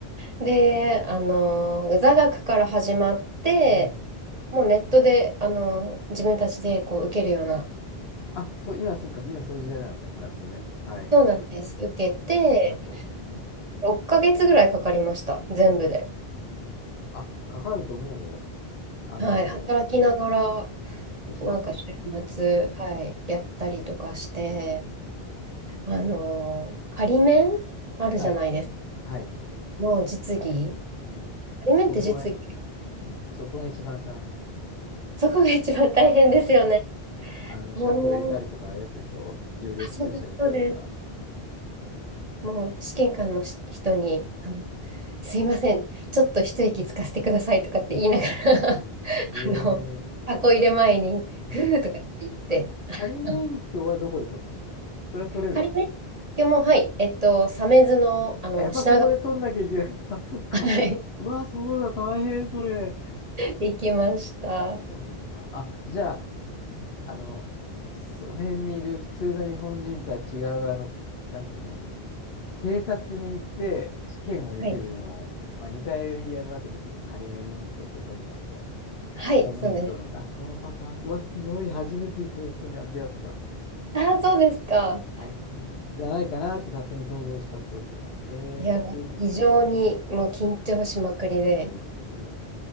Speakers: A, on the right; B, on the left.
A: で、あの、座学から始まって、
B: うん。
A: もうネットで、あの、自分たちでこう受けるような、
B: あ、そう、今、そうか、今そういう時代なのね。なるほどね。はい。
A: そうなんです。受けて、
B: うん。そりゃそうだ。うん。
A: 6ヶ月ぐらいかかりました、全部で。
B: ああ、うん。あ、かかると思うよ。あのーうん。
A: はい、働きながら、
B: うん。でしょうん。
A: なんか週末、はい、
B: うん。
A: やったりとかして、
B: うん。うん。
A: あの、仮免あるじゃないですか。
B: はい。はい。
A: の実技。
B: うん。
A: 仮免って実技。
B: そこがい、うん。そこが一番大変。
A: そこが一番大変ですよね。
B: 大変。そう。あの、
A: もう、
B: 車庫入れたりとか、ああいうやつでしょ縦列駐車やったりとか。
A: あ、そうです、そうです。
B: うん。
A: もう、試験官のし人に、あの、すいません、ちょっと一息つかせてくださいとかって言いながら
B: うん。
A: <laughs> あの、
B: ええ
A: 箱入れ前に、
B: うん。
A: ふーとかって言って、
B: あれ仮免許はどこで取ったの
A: あの
B: それは取れるの
A: 仮今日も、はい、えっと、鮫洲の、あの、
B: あやっぱそこで取んなきゃいけないんだ。
A: 品川、
B: <laughs> そっか。
A: はい、
B: うわ、そうだ、大変、それ。
A: 行きました。は
B: そうなんだ。あ、じゃあ、あの、その辺にいる普通の日本人とは違う、あの、なんていうの、警察に行って試験を受けるのを、
A: い、
B: まあ、2回やるわけですよ。仮免許取るのと、
A: はい、
B: 本免許取るのと、
A: そうです。
B: あ、そのパターン、うわ、すごい、初めてそういう人に出会った。
A: ああ、そうですか。
B: 大変じゃないかなって勝手に想像しちゃったりしてね。へえ、
A: いや、
B: でも、
A: 非常にもう緊張しまくりで、
B: 緊張するよ。